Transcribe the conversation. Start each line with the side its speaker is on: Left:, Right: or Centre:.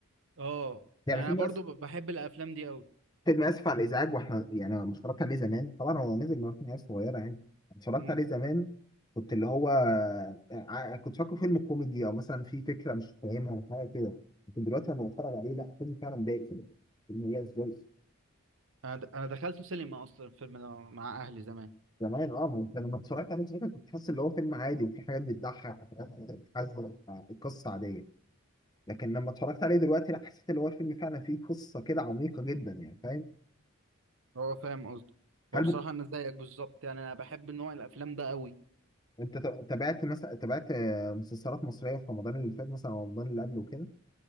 Right: اه
Left: يعني
Right: يعني
Left: فيلم
Right: انا برضو
Left: أس-
Right: ب- بحب الافلام دي قوي
Left: فيلم اسف على الازعاج واحنا يعني أنا اتفرجت عليه زمان طبعا هو نزل من واحنا عيال صغيره يعني اتفرجت
Right: امم
Left: عليه زمان كنت اللي هو آه، ع- كنت فاكره فيلم كوميدي او مثلا في فكره مش فاهمها او حاجه كده لكن دلوقتي لما بتفرج عليه لا فيلم فعلا ضايق فيلم ياس ضايق
Right: انا د- انا دخلته سينما اصلا الفيلم ده مع اهلي زمان
Left: زمان اه ما انت لما اتفرجت عليه زمان كنت تحس اللي هو فيلم عادي وفي حاجات بتضحك وحاجات بتحزن القصه عاديه لكن لما اتفرجت عليه دلوقتي لا حسيت اللي هو الفيلم فعلا فيه قصه كده عميقه جدا يعني فاهم
Right: هو فاهم قصدي
Left: هل
Right: هو بصراحة انا زيك بالظبط يعني انا بحب نوع الافلام ده قوي
Left: انت ت- تابعت مثلا تابعت آه، مسلسلات مصريه في رمضان اللي فات مثلا او رمضان اللي قبله وكده